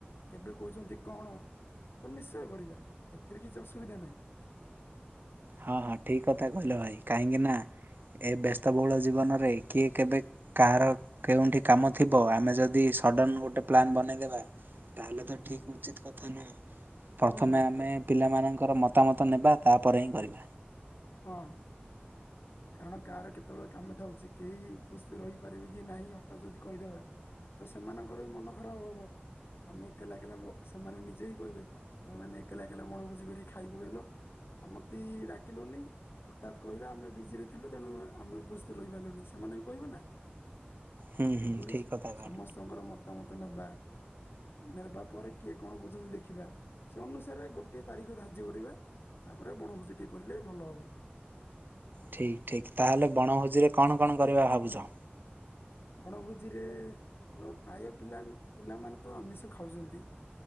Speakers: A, on the left (about 70°); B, on the right (about 55°).
A: କେବେ କହୁଛନ୍ତି କଣ ତ ନିଶ୍ଚୟ କରିବା। ଏଥିରେ କିଛି ଅସୁବିଧା ନାହିଁ।
B: ହଁ ହଁ ଠିକ କଥା କହିଲ ଭାଇ। କାହିଁକି ନା ଏ ବ୍ୟସ୍ତବହୁଳ ଜୀବନରେ କିଏ କେବେ କାହାର କେଉଁଠି କାମ ଥିବ ଆମେ ଯଦି ସଡ଼ନ ଗୋଟେ ପ୍ଲାନ୍ ବନେଇଦବା ତାହେଲେ ତ ଠିକ ଉଚିତ କଥା ନୁହେଁ। ପ୍ରଥମେ
A: ହୁଁ
B: ଆମେ
A: ତେ-
B: ପିଲାମାନଙ୍କର ମତାମତ ନେବା ତା ପରେହିଁ କରିବା।
A: ହଁ କାରଣ କାହାର କେତେବେଳେ କାମ ଥାଉଛି। କେହି ଉପସ୍ଥିତି ରହିପାରିବେ କି ନାହିଁ ହଠାତ୍ ଯଦି କହିଦେବା ତ ସେମାନଙ୍କର ବି ମନ ଖରାପ ହବ। ଆମେ ଏକେଲା ଏକେଲା ଭୋ-ସେମାନେ ନିଜେ ହିଁ କହିବେ ତମେମାନେ ଏକେଲା ଏକେଲା ବଣଭୋଜି କରି ଖାଇ ପକେଇଲ ଆମତି ଡାକିଲନି। ହଠାତ୍ କହିଲେ ଆମେ ବିଜିରେ ଥିଲୁ ତେଣୁ ଆମେ ଉପସ୍ଥିତ ରହିପାରିଲୁନି। ସେମାନେ ବି କହିବେ ନା?
B: ହୁଁ
A: ତେଣୁକରି
B: ହୁଁ ଠିକ କଥା କହିଲ
A: ସମସ୍ତଙ୍କର ମ ତା ମତ ନବା। ନେବା ପରେ କିଏ କଣ କହୁଛନ୍ତି ଦେଖିବା। ସେ ଅନୁସାରେ ଗୋଟିଏ ତାରିଖ ଧାର୍ଯ୍ୟ କରିବା ତାପରେ ବଣଭୋଜି ଟିଏ କରିଲେ ଭଲ ହବ।
B: ଠିକ୍ ଠିକ୍ ତାହେଲେ ବଣଭୋଜିରେ କଣ କଣ କରିବା ଭାବୁଛ?
A: ବଣଭୋଜିରେ ତ ପ୍ରାୟ ପିଲା ପିଲାମାନେ ତ ଆମିଷ ଖାଉଛନ୍ତି।